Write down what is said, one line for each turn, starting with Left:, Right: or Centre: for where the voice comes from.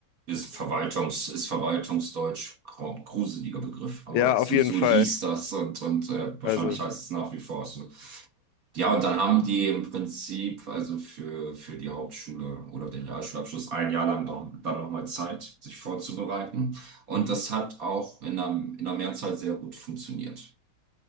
Right: Ist Verwaltungs, ist Verwaltungsdeutsch, Gru- gruseliger Begriff, aber
Left: Ja,
Right: so,
Left: auf jeden
Right: so
Left: Fall.
Right: hieß das und, und äh, wahrscheinlich
Left: Also,
Right: heißt es nach wie vor so. Ja, und dann haben die im Prinzip also für, für die Hauptschule oder den Realschulabschluss ein Jahr lang noch, dann nochmal Zeit, sich vorzubereiten. Und
Left: mhm.
Right: das hat auch in der, in der Mehrzahl sehr gut funktioniert.